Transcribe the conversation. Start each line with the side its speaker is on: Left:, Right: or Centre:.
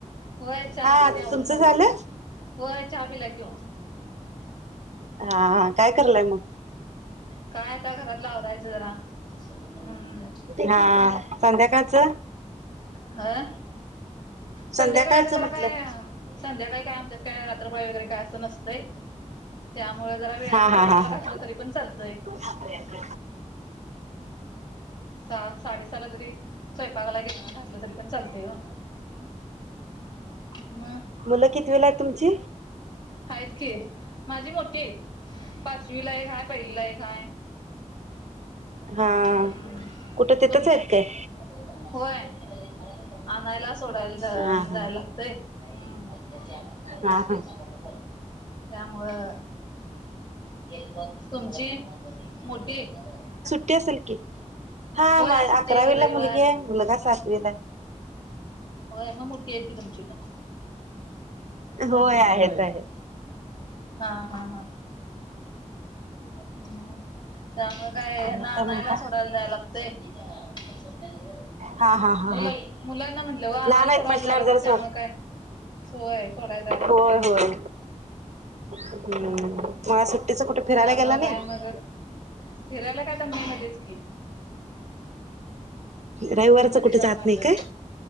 Left: होय चहा
Right: हा
Left: पाणी आवरूनच.
Right: तुमचं झालं
Left: होय चहा पिला की ओ.
Right: हा हा काय करलाय मग?
Left: काय आता घरातला अवरायचं जरा, हम्म.
Right: हा, संध्याकाच.
Left: हं संध्याकाळी
Right: संध्याकाळचं
Left: आता जरा
Right: म्हटलं
Left: काय, संध्याकाळी काय आमच्यात काय रात्रपाळी वगैरे काय नसतय, त्यामुळे जरा वेळान
Right: हा
Left: स्वयंपाकाला
Right: हा हा हा
Left: घातलं तरी पण चालतंय.
Right: <unintelligible>
Left: सहा साडे सहाला जरी, स्वयंपाकाला घे घातलं तरी पण चालतय ग. म,
Right: मुलं किती वेला आहेत तुमची
Left: आहेत की माझी मोठी आहेत. पाचवी ला एक हाय, पहिलीला एक हाय.
Right: हा
Left: हम्म
Right: कुठं तिथंच
Left: तुमची
Right: आहेत काय
Left: होय, आणायला सोडायला जा
Right: हा हा
Left: - जाया लागतय, हम्म. <unintelligible>
Right: हा
Left: त्यामुळं <unintelligible> तुमची, मोठी आहेत.
Right: ते असल की, हा
Left: होय
Right: मा
Left: आज सुट्टी
Right: अकरावीला
Left: आहे की रविवार
Right: मुलगी आहे मुलगा सातवीला हाय.
Left: होय म मोठी आहेत की तुमची पण? हा
Right: होय आहेत
Left: हा हा
Right: आहेत.
Left: हा हा हा, हम्. त्यामुळ काय
Right: आणि
Left: हेना आनायला
Right: म्हणता
Left: सोडायला जाय लागतय. <unintelligible>
Right: हा हा हा
Left: ये मुला
Right: हा
Left: - मुलांना म्हटलं व आणायला
Right: लहान आहेत
Left: सोडायला
Right: म्हटल्यावर
Left: जायला लागत
Right: जर स
Left: त्यामुळ काय होय सोडाय जाय लागतय.
Right: होय होय हम्म
Left: हा हा ह,
Right: मला सुट्टीच कुठे फिरायला
Left: त्यामुळ
Right: गेला नाही
Left: काय मग? फिरायला काय आता मे मधेच की.
Right: रविवारच
Left: मे मध्ये
Right: कुठे
Left: जाऊन
Right: जात
Left: आलोय.
Right: नाही काय